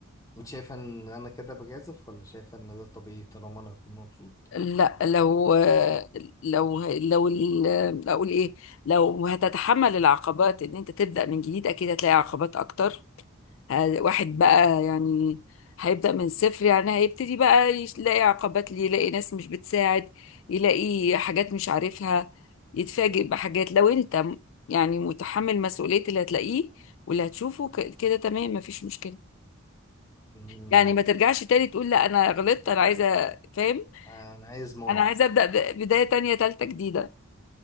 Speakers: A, on the left; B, on the left.
A: انت شايفة ان انا كده بجازف ولا شايفة ان ده طبيعي طالما انا هكون مبسوط
B: لا لو لو لو ال- اقول ايه لو هتتحمل العقبات ان انت تبدأ من جديد اكيد هتلاقي عقبات اكتر ه- واحد بقى يعني هيبدأ من الصفر يعني هيبتدي بقى يش- يلاقي عقبات ليه يلاقي ناس مش بتساعد يلاقي حاجات مش عارفها يتفاجئ بحاجات لو انت م- يعني متحمل مسؤولية اللي هتلاقيه واللي هتشوفه ك- كده تمام مفيش مشكلة
A: مم.
B: يعني ما ترجعش تاني تقول لا انا غلطت انا عايزة فاهم
A: انا عايز ماما
B: انا عايزة أبدأ ب- بداية تانية تالتة جديدة